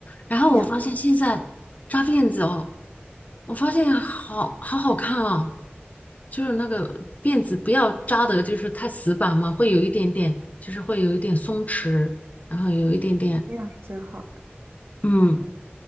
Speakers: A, on the left (about 40°); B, on the right (about 70°).
A: 然后我发现现在扎辫子哦，
B: <laughs> 呀，
A: 我发现好好好看啊，就是那个辫子不要扎的，就是太死板嘛，会有一点点，就是会有一点松弛。然后有一点点，
B: 这样是最好。
A: 嗯，